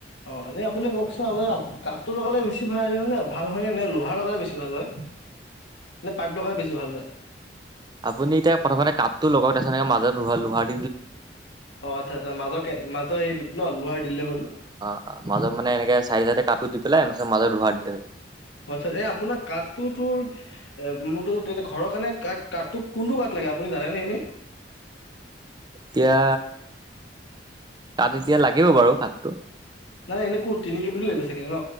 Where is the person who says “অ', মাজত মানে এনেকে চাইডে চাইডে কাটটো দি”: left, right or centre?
Right